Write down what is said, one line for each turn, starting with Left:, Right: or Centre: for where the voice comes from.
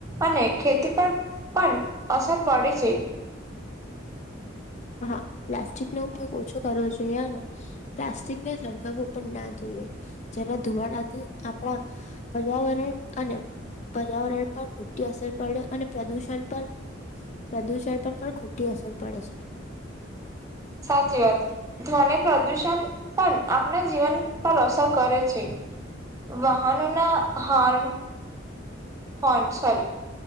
Right: અને ખેતી પર પણ અસર પડે છે.
Left: હા પ્લાસ્ટિક નો ઉપયોગ ઓછો કરવો જોઈએ ને પ્લાસ્ટિકને સળગાવવું પણ ના જોઈએ જરા ધુવાડાથી આપણા પર્યાવરણ અને પર્યાવરણ પર ખોટી અસર પડે અને પ્રદૂષણ પર પ્રદૂષણ પર પણ ખોટી અસર પડે છે.
Right: સાચી વાત ધ્વની પ્રદૂષણ પણ આપણા જીવન પર અસર કરે છે. વાહનો ના હોરન હોન સોરી